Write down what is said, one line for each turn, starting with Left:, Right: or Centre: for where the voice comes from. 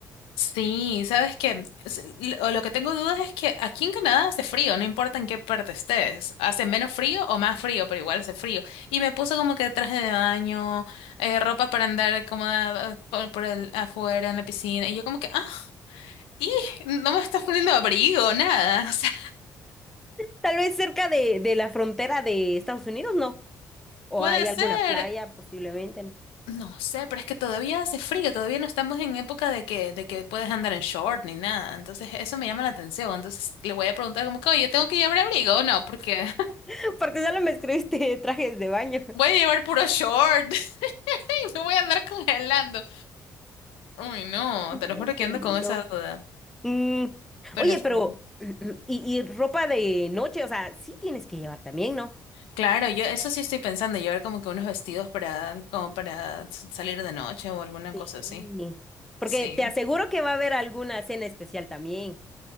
Left: Sí, sabes que lo que tengo dudas es que aquí en Canadá hace frío, no importa en qué parte estés, hace menos frío o más frío, pero igual hace frío. Y me puse como que traje de baño, eh, ropa para andar cómoda eh, por, por el afuera en la piscina, y yo como que, ah, y no me estás poniendo abrigo, nada, <laughs> o sea,
Centre: Tal vez cerca de, de la frontera de Estados Unidos, ¿no? O
Left: puede
Centre: hay
Left: ser,
Centre: alguna playa, posiblemente, ¿no?
Left: no sé, pero es que todavía hace frío, todavía no estamos en época de que, de que puedes andar en short ni nada, entonces eso me llama la atención, entonces le voy a preguntar como que, oye, ¿tengo que llevar abrigo o no? Porque
Centre: <laughs> Porque solo me escribiste trajes de baño. <laughs>
Left: Voy a llevar puro short. <laughs> Sí, me voy a andar congelando. Uy, no,
Centre: Ay,
Left: te
Centre: No,
Left: lo juro que
Centre: qué
Left: ando
Centre: lindo.
Left: con esa duda.
Centre: Mm,
Left: Pero
Centre: Oye,
Left: sí.
Centre: pero, <clears throat> y, y ropa de noche, o sea, sí tienes que llevar también, ¿no?
Left: Claro, yo eso sí estoy pensando, llevar como que unos vestidos para, como para s- salir de noche o alguna
Centre: Sí.
Left: cosa así.
Centre: Porque
Left: Sí.
Centre: te aseguro que va a haber alguna cena especial también.